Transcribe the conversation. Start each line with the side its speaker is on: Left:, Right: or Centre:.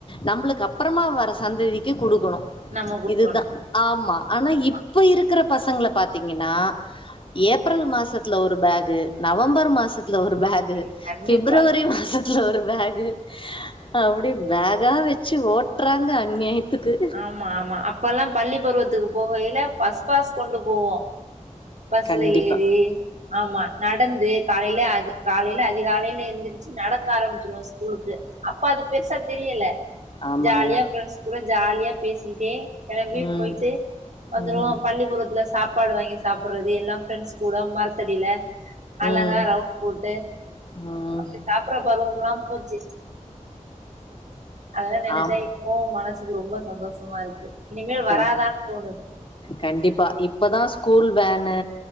Left: நம்மளுக்கு அப்புறமா வர சந்ததிக்கு கொடுக்கணு
Right: நம்ம குடுக்கணு
Left: இதுதா ஆமா ஆனா
Right: ஆமா
Left: இப்ப இருக்குற பசங்கள பாத்தீங்கன்னா ஏப்ரல் மாசத்துல ஒரு பேக் நவம்பர் மாசத் துல ஒரு பேக்
Right: ஆ கண்டிப்பா
Left: ஃபிப்ரவரி மாசத்துல ஒரு பேக் அப்டி பேக் கா வெச்சு ஓட்றாங்க அநியாயத்துக்கு
Right: ஆமா ஆமா அப்பெல்லா பள்ளி பருவத்துக்கு போகையில பஸ் பாஸ் கொண்டு போவோ பஸ்ல
Left: கண்டிப்பா
Right: ஏறி ஆமா நடந்து காலையிலயே அது காலையில அதிகாலையில எழுந்திரிச்சு நடக்க ஆரம்பிச்சிருவோ ஸ்கூலுக்கு அப்ப அது பெருசா தெரியல
Left: ஆமாங்க
Right: ஜாலியா ஃப்ரெண்ட்ஸ் கூட ஜாலியா பேசிக்கிட்டே கெளம்பி
Left: ம்
Right: போயிட்டு
Left: ம்
Right: வந்துருவோ பள்ளி பருவத்துல சாப்பாடு வாங்கி சாப்புடுறது எல்லா ஃப்ரெண்ட்ஸ் கூட மரத்தடியில அழகா
Left: ம்
Right: ரவுண்ட் போட்டு
Left: ம்
Right: அப்டி சாப் புற பருவம்ல்லா போச்சு அதெல்லா நெனச்சா
Left: ஆம்
Right: இ ப்போவு மனசுக்கு ரொம்ப சந்தோஷமா இருக்கு இனிமேல்
Left: கண்
Right: வராதான்னு தோணுது
Left: கண்டிப்பா இப்பதா ஸ்கூல் வேன்னு